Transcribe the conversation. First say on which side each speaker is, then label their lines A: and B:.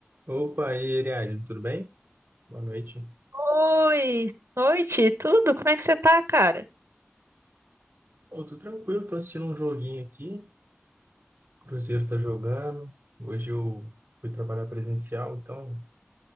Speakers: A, on the right; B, on the right.
A: Opa, e aí, Ariadne, tudo bem? Boa noite.
B: Oi, noite, tudo? Como é que você tá, cara?
A: Ô, tô tranquilo, tô assistindo um joguinho aqui. O Cruzeiro tá jogando. Hoje eu fui trabalhar presencial, então